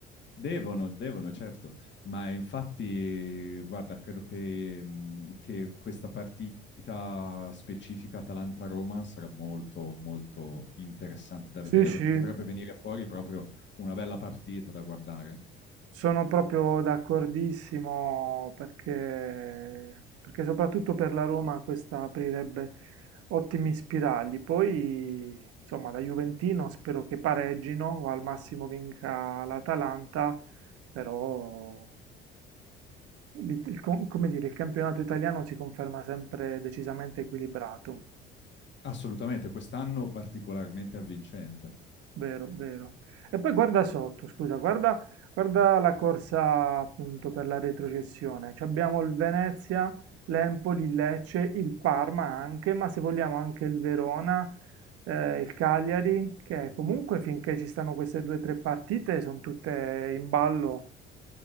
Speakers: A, on the left; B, on the right.
A: devono, devono, certo. Ma infatti, guarda, credo che, mh, che questa partita specifica Atalanta-Roma sarà molto, molto interessante da
B: sì,
A: vedere
B: sì.
A: perché potrebbe venire fuori proprio una bella partita da guardare.
B: Sono proprio d'accordissimo perché, perché soprattutto per la Roma questa aprirebbe ottimi spiragli. Poi, insomma, da Juventino spero che pareggino o al massimo vinca l'Atalanta, però, l'it- il, co- come dire, il campionato italiano si conferma sempre decisamente equilibrato.
A: Assolutamente, quest'anno particolarmente avvincente.
B: Vero, vero. E poi guarda sotto, scusa, guarda, guarda la corsa appunto per la retrocessione. Ci Abbiamo il Venezia, l'Empoli, il Lecce, il Parma anche, ma se vogliamo anche il Verona, eh, il Cagliari, che comunque finché ci stanno queste due o tre partite sono tutte in ballo.